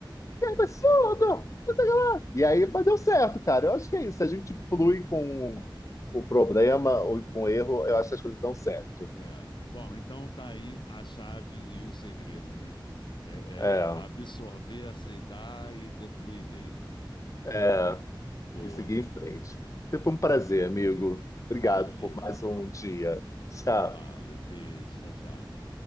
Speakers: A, on the left; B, on the left.
A: que absurdo! não sei o que lá. E aí, mas deu certo, cara. Eu acho que é isso. Se a gente flui com o problema ou com o erro, eu acho que as coisas dão certo.
B: É. Bom, então tá aí a chave e o segredo, né? É,
A: É,
B: é absorver, aceitar e ter fluidez, né?
A: é,
B: Boa,
A: e seguir
B: meu irmão.
A: em frente.
B: Boa.
A: Sempre um prazer, amigo. Obrigado
B: Valeu,
A: por mais
B: meu querido.
A: um dia. Tchau.
B: Valeu, beijo, tchau, tchau.